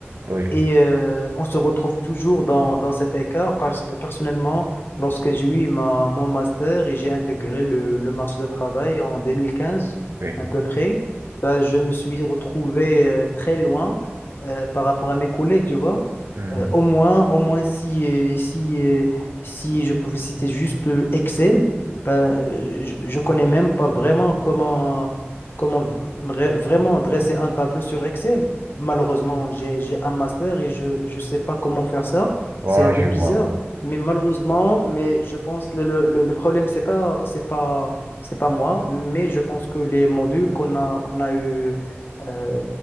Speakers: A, on the right; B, on the left.
A: Oui,
B: Et euh, on se retrouve toujours dans, dans cet écart. Parce- euh, personnellement, lorsque j'ai eu ma, mon master et j'ai intégré le, le marché du travail en 2015
A: oui.
B: à peu près, bah, je me suis retrouvé euh, très loin euh, par rapport à mes collègues, tu vois.
A: hum.
B: Euh, au moins, au moins si, euh, si, euh, si je peux vous citer juste euh, Excel, bah, euh, je, je connais même pas vraiment comment, comment vra- vraiment dresser un tableau sur Excel malheureusement, j'ai, j'ai un master et je ne sais pas comment faire ça.
A: Ouais,
B: C'est un peu
A: je
B: bizarre,
A: vois.
B: mais malheureusement, mais je pense le, le, le le problème, c'est pas, c'est pas, c'est pas moi, mais je pense que les modules qu'on a, qu'on a eu euh,